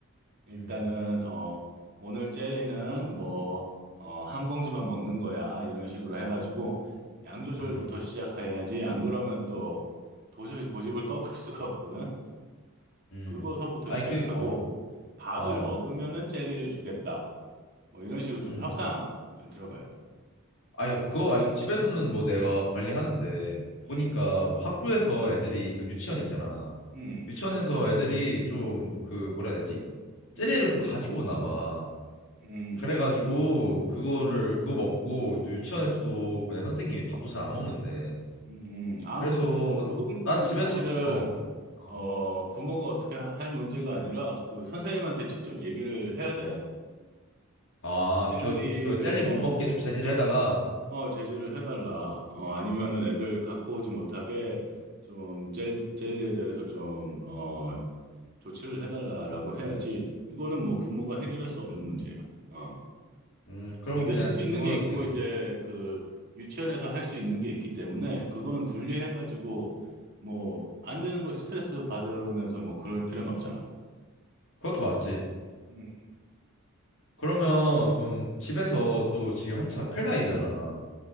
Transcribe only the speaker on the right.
일단은
어 오늘 젤리는 뭐어한 봉지만 먹는 거야 이런 식으로 해가지고 양 조절부터
시작해야지. 안 그러면 또 도저히 고집을 꺾을 <laughs> 수가 없거든.
그거서부터
시작하고
밥을
먹으면은 젤리를 주겠다. 뭐 이런 식으로 좀
협상을 들어가야 돼.
음,
음,
음,
음,
음,
음.
음.
음,
음,
음. 음. 아,
그- 그거는
사실은,
어, 부모가 어떻게 하- 할 문제가 아니라 그 선생님한테 직접 얘기를 해야 돼.
젤리를,
어,
뭐,
어, 제지를 해달라. 어, 아니면은 애들 갖고 오지 못하게 좀 젤, 젤리에 대해서 좀, 어, 조치를 해달라라고 해야지. 이거는 뭐 부모가 해결할 수 없는 문제야. 어.
네가
할 수 있는
게 있고
이제 그 유치원에서 할 수 있는 게 있기 때문에 그거는 분리해가지고 뭐 안 되는 걸 스트레스 받으면서 뭐 그럴 필요는 없잖아.
음.
음.